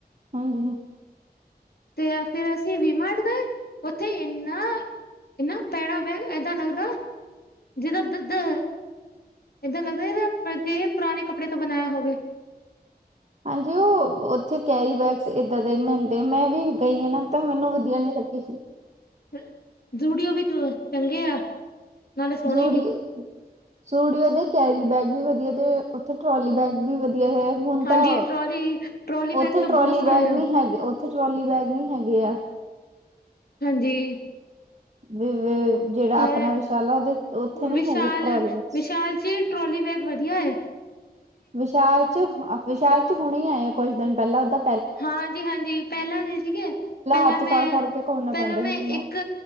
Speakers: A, on the right; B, on the left.
A: ਹਾਂਜੀ।
B: ਤੇ ਫਿਰ ਅਸੀਂ ਡੀ ਮਾਟ ਗਏ ਉੱਥੇ ਏਨਾ ਇਹਨਾ <unintelligible> ਏਦਾਂ ਲੱਗਦਾ ਜਿਦਾ ਦ ਦ ਏਦਾਂ ਲੱਗਦਾ ਏ ਤੇ ਪੁਰਾਣੇ ਕੱਪੜੇ ਤੋਂ ਬਨਾਏਆ ਹੋਵੇ।
A: ਹਾਂਜੀ ਉਹ ਉੱਥੇ ਕੈਰੀ ਬੈਗਸ ਏਦਾਂ ਦੇ ਮਿਲਦੇ ਮੈਂ ਵੀ ਗਈ ਆ ਨਾ। ਤਾਂ ਮੈਨੂੰ ਵਧੀਆ ਨੀ ਲੱਗੀ।
B: ਫਿਰ ਜੂਡਿਓ ਵਿਚ ਚੰਗੇ ਆ। ਨਾਲੇ ਸੋਹਣੇ
A: ਜੂਡੀਓ
B: ਵੀ
A: ਜੂਡੀਓ ਦੇ ਕੈਰੀ ਬੈਗ ਵੀ ਵਧੀ ਆ ਤੇ ਉੱਥੇ ਟਰੋਲੀ ਬੈਗ ਵੀ ਵਧੀਆ ਐ। ਹੁਨ
B: ਹਾਂਜੀ
A: ਤਾਂ
B: ਟਰੋਲੀ ਟਰੋਲੀ ਬੈਗ
A: ਉੱਥੇ
B: ਤਾਂ
A: ਟਰੋਲੀ
B: ਬਹੁਤ ਸੋਹਣੇ
A: ਬੈਗ
B: ਆ
A: ਨੀ ਹੈਗੇ ਉੱਥੇ ਟਰੋਲੀ ਬੈਗ ਨੀ ਹੈਗੇ ਆ।
B: ਹਾਂਜੀ।
A: ਵਿ ਵਿ ਜਿਹੜਾ
B: ਪਰ
A: ਆਪਨਾ ਵਿਸ਼ਾਲਾ ਉਹਦੇ ਉੱਥੇ ਨੀ
B: ਵਿਸ਼ਾਲ
A: ਹੈਗੇ ਟਰੋਲੀਸ ਬੈਗਸ।
B: ਵਿਸ਼ਾਲ ਜੀ ਟਰੋਲੀ ਵੈਗ ਵਧੀਆ ਏ।
A: ਵਿਸ਼ਾਲ ਚ ਵਿਸ਼ਾਲ ਚ ਹੁਣੇ ਹੀ ਆਏ ਕੁੱਝ ਦਿਨ ਪਹਿਲਾਂ ਓਦਾ
B: ਹਾਂਜੀ ਹਾਂਜੀ ਪਹਿਲਾਂ ਨੀ ਸੀਗੇ ਪਹਿਲਾਂ
A: ਹੱਥ
B: ਮੈਂ
A: ਚ ਫੜ-ਫੜ ਕੇ ਘੁੰਮਣਾ
B: ਪਹਿਲਾਂ
A: ਪੈਂਦਾ
B: ਮੈਂ
A: ਸੀ
B: ਇੱਕ